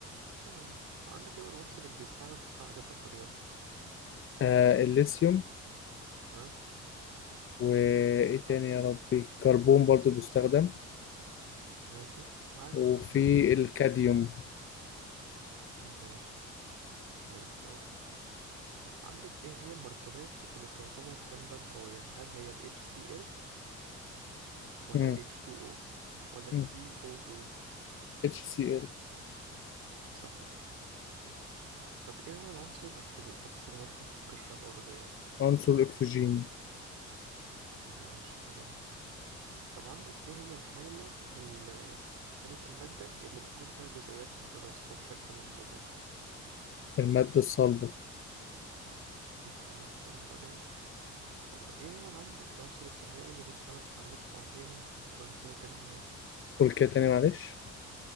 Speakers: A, on the right (about 80°); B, on the left (about 45°).
A: اه عندك ايه هو العنصر اللي بيستعمل في صناعه البطاريات
B: آه الليثيوم
A: ها
B: وايه تاني
A: صح
B: يا ربي كربون برضو بيستخدم
A: ماشي معايا
B: وفي
A: كمان
B: الكاديوم
A: ماشي ماشي اهو عندك ايه هي المركبات اللي بتعتبر حمضا قويا هل هي ال HCl ولا
B: مم.
A: ال H2O ولا ال
B: مم.
A: CO2
B: HCl
A: صحيح طب ايه هو العنصر الاكثر وفرة في القشرة الارضية
B: عنصر الأكسجين
A: ماشي جميل طب عندك ايه هي الحالة ال- حالة المادة اللي بتكون فيها جزيئات متراصة بشكل منتظم
B: المادة الصلبة
A: الحالة الصلبة جميل طب ايه هو اللي عندك العنصر الكيميائي اللي بيستعمل في عملية تعقيم وتنقية المياه
B: قول كده تاني معلش